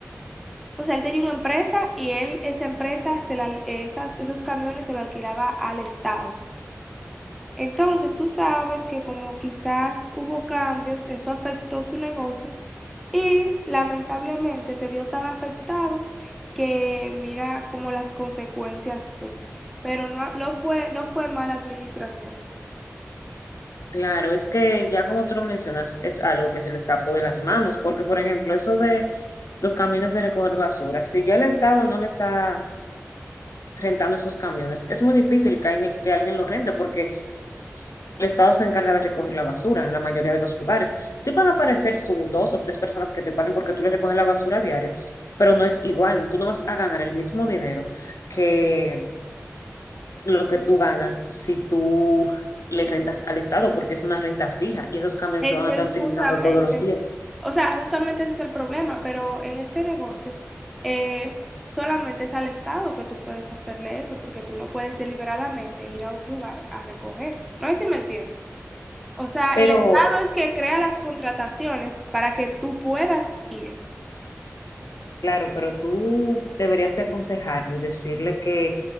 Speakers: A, in the centre; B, on the left.
A: O sea, él tenía una empresa y él, esa empresa, se la, esas, esos camiones se lo alquilaba al Estado. Entonces, tú sabes que como quizás hubo cambios, eso afectó su negocio y lamentablemente se vio tan afectado que mira como las consecuencias de, pero no, no fue, no fue mala administración.
B: claro, es que ya como tú lo mencionas, es algo que se le escapó de las manos. Porque, por ejemplo, eso de los camiones de recoger basura, si ya el Estado no le está rentando esos camiones. Es muy difícil que alguien, que alguien los rente porque el Estado se encarga de recoger la basura en la mayoría de los lugares. Sí van a aparecer sus dos o tres personas que te paguen porque tú les recoges la basura a diario, pero no es igual. Tú no vas a ganar el mismo dinero que lo que tú ganas si tú le rentas al Estado porque es una renta fija y esos camiones
A: Ese
B: se van a estar
A: es
B: utilizando
A: justamente,
B: todos los días.
A: o sea, justamente ese es el problema, pero en este negocio eh, solamente es al Estado que tú puedes hacerle eso porque tú no puedes deliberadamente ir a un lugar a recoger. No sé si me entiendes. O sea,
B: Pero
A: el Estado es que crea las contrataciones para que tú puedas ir.
B: Claro, pero tú deberías de aconsejarlo y decirle que